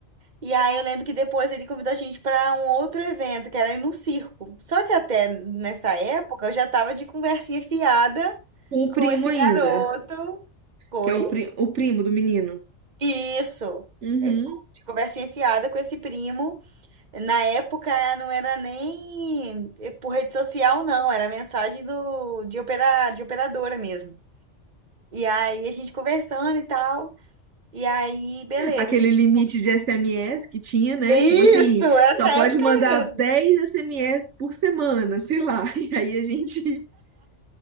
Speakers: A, on the right (about 40°); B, on the right (about 75°).
A: E aí eu lembro que depois ele convidou a gente pra um outro evento, que era ir num circo. Só que até nessa época eu já tava de conversinha fiada
B: Com o
A: com
B: primo
A: esse
B: ainda,
A: garoto. Foi.
B: que é o, pri... o primo do menino.
A: Isso.
B: Uhum.
A: É, de conversa enfiada com esse primo. Na época não era nem eh, por rede social, não. Era mensagem do, de, opera, de operadora mesmo. E aí a gente conversando e tal. E aí, beleza,
B: aquele
A: a gente.
B: limite de SMS que tinha, né?
A: Isso,
B: Tipo assim,
A: essa
B: só pode
A: época
B: mandar
A: mesmo.
B: 10 SMS por semana, sei lá. <laughs> E aí a gente